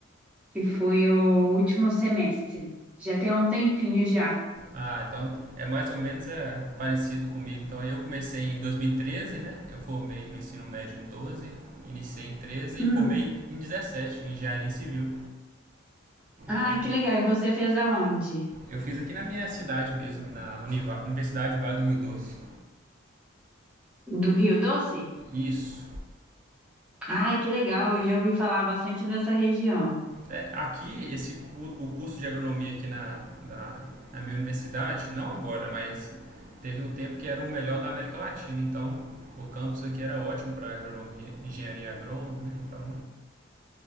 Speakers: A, in the centre; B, on the right.
A: que foi o último semestre. Já tem um tempinho já.
B: Ah, então é mais ou menos é, parecido comigo. Então eu comecei em 2013, né? Eu formei no ensino médio em 12, iniciei em 13
A: Hum.
B: e formei em 17, em engenharia civil. Então
A: Ai, que legal. E você fez aonde?
B: eu fiz aqui na minha cidade mesmo, na Univa- Universidade do Vale do Rio Doce.
A: Do Rio Doce?
B: Isso.
A: Ai, que legal. Eu já ouvi falar bastante dessa região.
B: É, aqui, esse, o curso de agronomia aqui na, na, na minha universidade, não agora, mas teve um tempo que era o melhor da América Latina. Então, o campus aqui era ótimo para agronomia, engenharia agrônoma, né? Então,